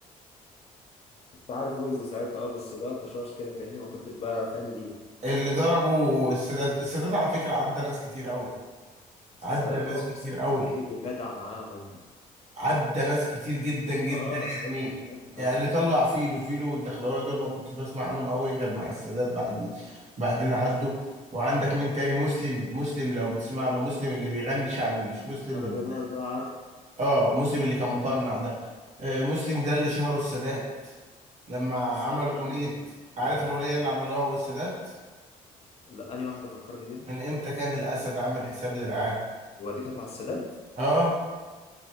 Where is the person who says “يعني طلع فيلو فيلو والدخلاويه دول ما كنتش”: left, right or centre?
Right